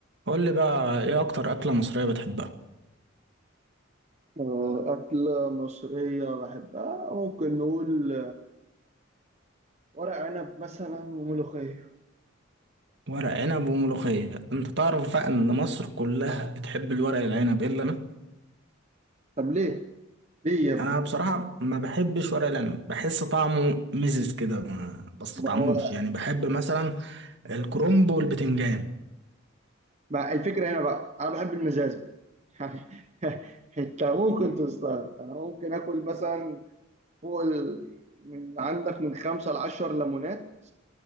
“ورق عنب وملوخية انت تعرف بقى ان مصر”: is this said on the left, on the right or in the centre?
Right